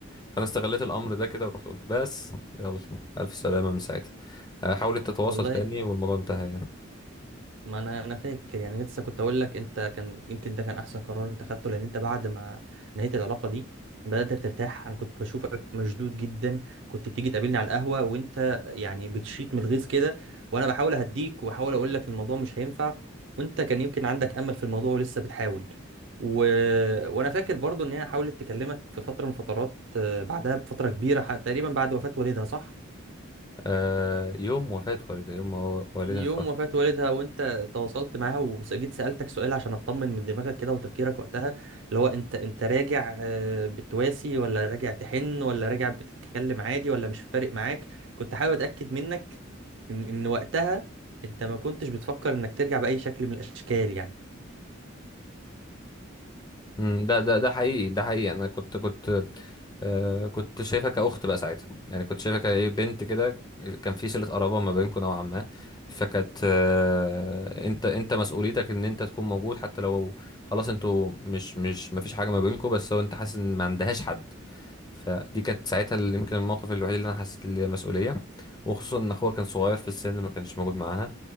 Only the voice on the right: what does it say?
والله
ما انا انا فاكر يعني لسه كنت اقول لك انت كان يمكن ده كان احسن قرار انت خدته لان انت بعد ما نهيت العلاقه دي بدات ترتاح انا كنت بشوفك مشدود جدا كنت بتيجي تقابلني على القهوه وانت يعني بتشيط من الغيظ كده وانا بحاول اهديك وبحاول اقول لك الموضوع مش هينفع وانت كان يمكن عندك امل في الموضوع ولسه بتحاول و... وانا فاكر برضو ان هي حاولت تكلمك في فتره من فترات آه، بعدها بفتره كبيره ح- تقريبا بعد وفاه والدها صح
يوم
وفاة والدها وانت تواصلت معاها وجيت سألتك سؤال عشان اطمن من دماغك كده وتفكيرك وقتها اللي هو انت انت راجع آه، بتواسي ولا راجع تحن ولا راجع بتتكلم عادي ولا مش فارق معاك كنت حابب اتأكد منك ان ان وقتها انت ما كنتش بتفكر انك ترجع بأي شكل من الاشكال يعني